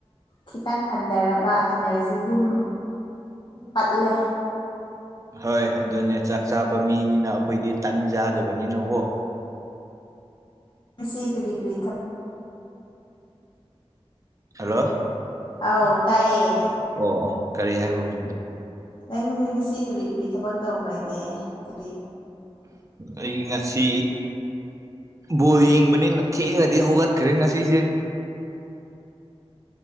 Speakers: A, on the left (about 50°); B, on the right (about 30°).
A: ꯈꯤꯇꯪ ꯍꯟꯊꯔꯕ ꯏꯅꯔꯖꯤꯗꯨꯝ ꯄꯠꯂꯦ
B: ꯍꯣꯏ ꯑꯗꯨꯅꯦ ꯆꯥꯛ ꯆꯥꯕ ꯃꯤꯅꯤꯅ ꯑꯩꯈꯣꯏꯗꯤ ꯇꯟ ꯆꯥꯗꯕꯅꯤꯅꯀꯣ
A: ꯉꯁꯤ ꯀꯔꯤ ꯀꯔꯤ ꯊꯕꯛ
B: ꯍꯜꯂꯣ
A: ꯑꯧ ꯇꯥꯏꯌꯦ
B: ꯑꯣ ꯑꯣ ꯀꯔꯤ ꯍꯥꯏꯕ ꯍꯧꯖꯤꯛꯀꯤꯗꯣ
A: ꯅꯪꯗꯤ ꯉꯁꯤ ꯀꯔꯤ ꯀꯔꯤ ꯊꯕꯛ ꯇꯧꯈ꯭ꯔꯒꯦ ꯀꯔꯤ
B: ꯑꯩ ꯉꯁꯤ ꯕꯣꯜ ꯌꯦꯡꯕꯅꯤꯅ ꯊꯦꯡꯅꯗꯤ ꯍꯧꯒꯠꯈ꯭ꯔꯦ ꯉꯁꯤꯁꯦ